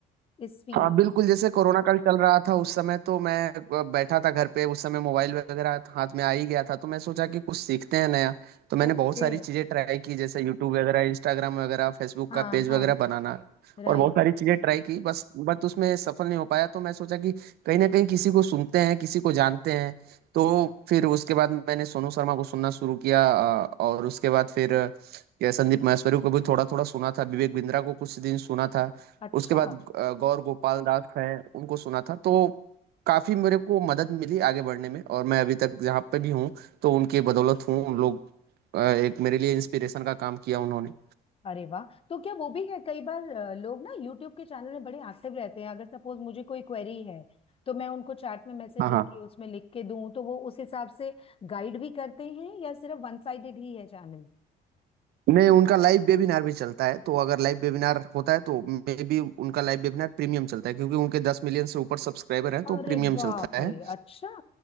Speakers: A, on the left; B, on the right.
A: इस फील्ड
B: हाँ
A: में
B: बिल्कुल जैसे कोरोना काल चल रहा था उस समय तो मैं अ, बैठा था घर पे उस समय मोबाइल वगैरह हाथ में आ ही गया था तो मैं सोचा कि कुछ सीखते हैं नया तो मैंने
A: ओके
B: बहुत सारी चीजें ट्राई की जैसे यूट्यूब वगैरह इंस्टाग्राम वगैरह फेसबुक
A: हाँ
B: का पेज
A: हाँ
B: वगैरह बनाना
A: राइट
B: और बहुत सारी चीजें ट्राई की बस बट उसमें सफल नहीं हो पाया तो मैं सोचा कि कहीं ना कहीं किसी को सुनते हैं किसी को जानते हैं तो फिर उसके बाद मैंने सोनू शर्मा को सुनना शुरू किया अ, और उसके बाद फिर अ, संदीप माहेश्वरी को भी थोड़ा थोड़ा सुना था विवेक बिंद्रा को कुछ दिन सुना था
A: अच्छा
B: उसके बाद अ, गौर गोपाल दास हैं उनको सुना था तो काफी मेरे को मदद मिली आगे बढ़ने में और मैं अभी तक जहाँ पे भी हूँ तो उनके बदौलत हूँ उन लोग अ, एक मेरे लिए इंस्पिरेशन का काम किया उन्होंने
A: अरे वाह तो क्या वो भी है कई बार अ, लोग ना यूट्यूब के चैनल में बड़े एक्टिव रहते हैं अगर सपोज मुझे कोई क्वेरी है तो मैं उनको चैट में मैसेज
B: हाँ हाँ
A: उनके उसमें लिख के दूं तो वो उस हिसाब से गाइड भी करते हैं या सिर्फ वन साइडेड ही है चैनल
B: नहीं उनका लाइव वेबिनार भी चलता है तो अगर लाइव वेबिनार होता है तो मे बी उनका लाइव वेबिनार प्रीमियम चलता है क्योंकि उनके दस मिलियन से ऊपर सब्सक्राइबर हैं
A: अरे
B: तो प्रीमियम
A: बाप
B: चलता
A: रे
B: है
A: अच्छा